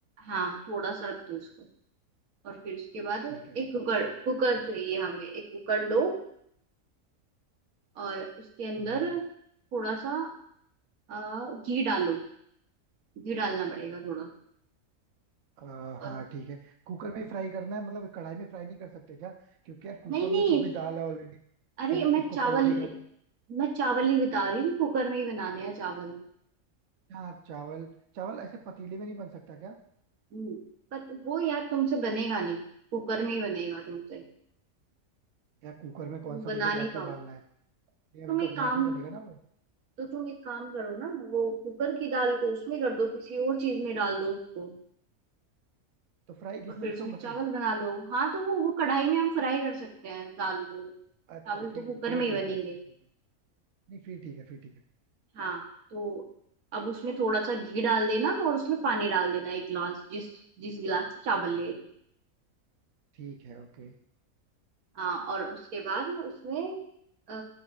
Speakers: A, on the right; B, on the right.
A: हाँ थोड़ा सा रख दो इसको और फिर उसके बाद एक
B: ठीक है
A: कुकर कुकर चाहिए हमें एक कुकर लो और उसके अंदर
B: हम्म
A: थोड़ा सा अ, घी डालो घी डालना पड़ेगा थोड़ा
B: आ,
A: और
B: हाँ ठीक है कुकर में ही फ्राई करना है मतलब कढ़ाई में फ्राई नहीं कर सकते क्या क्योंकि यार कुकर
A: नहीं नहीं
B: में तो अभी दाल है ऑलरेडी
A: अरे
B: फिर
A: मैं
B: उसको
A: चावल
B: पलटी करो
A: मैं चावल ही बता रही हूँ कुकर में ही बनाने हैं चावल
B: हाँ चावल चावल ऐसे पतीले में नहीं बन सकता क्या
A: हम्म, पर वो यार तुमसे बनेगा नहीं कुकर में ही बनेगा तुमसे
B: यार कुकर में कौन
A: तुम
B: सा
A: बना
B: मुझे जाके
A: नहीं पाओ
B: उबालना है ये अभी
A: तुम एक
B: तो अपने
A: काम
B: आप ही बनेगा ना वो
A: तो तुम एक काम करो ना वो कुकर की दाल को उसमें कर दो किसी और चीज में डाल दो उसको
B: तो फ्राई किस
A: और फिर
B: में करूंगा
A: उसमें चावल
B: फिर
A: बना लो हाँ तो वो वो कढ़ाई में हम फ्राई कर सकते हैं दाल को चावल
B: अच्छा
A: तो
B: फिर
A: कुकर
B: फिर
A: में ही
B: ठीक
A: बनेंगे
B: है फिर ठीक है नहीं फिर ठीक है फिर ठीक है
A: हाँ तो अब उसमें थोड़ा सा घी डाल देना और उसमें पानी डाल देना एक गिलास जिस जिस गिलास से चावल लिए थे।
B: ठीक है ओके
A: हाँ और उसके बाद उसमें अ,